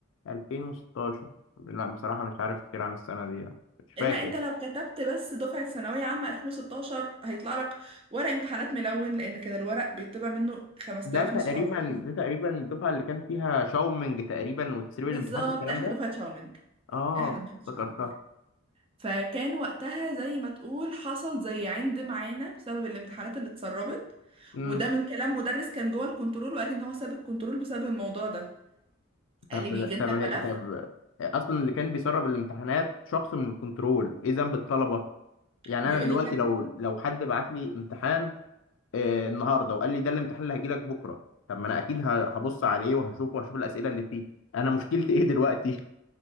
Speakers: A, on the left (about 65°); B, on the right (about 25°).
A: 2016 لا بصراحة مش عارف كتير عن السنة دي يعني مش فاكر
B: الا انت لو كتبت بس دفعه ثانويه عامه 2016 هيطلع لك ورق امتحانات ملون لان كان الورق بيطبع منه 5000
A: ده تقريبا
B: نسخه وعلى حسب
A: ده تقريبا الدفعة اللي كان فيها شاومينج تقريبا وتسريب
B: بالظبط
A: الامتحانات والكلام
B: احنا
A: ده
B: دفعه شاومينج
A: اه
B: احنا دفعه شاومينج
A: افتكرتها
B: فكان وقتها زي ما تقول حصل زي عند معانا بسبب الامتحانات اللي اتسربت
A: امم
B: وده من كلام مدرس كان جوه الكنترول وقال لي ان هو ساب الكنترول بسبب الموضوع ده
A: طب
B: قال لي بيجي لنا
A: طب
B: الملف
A: طب اصلا اللي كان بيسرب الامتحانات شخص من الكنترول ايه ذنب الطلبة يعني
B: بيقول
A: انا دلوقتي
B: لي كان
A: لو لو حد بعت لي امتحان آه النهارده وقال لي ده الامتحان اللي هيجي لك بكره طب ما انا اكيد ه- هبص عليه وهشوفه وهشوف الاسئله اللي فيه انا مشكلتي ايه دلوقتي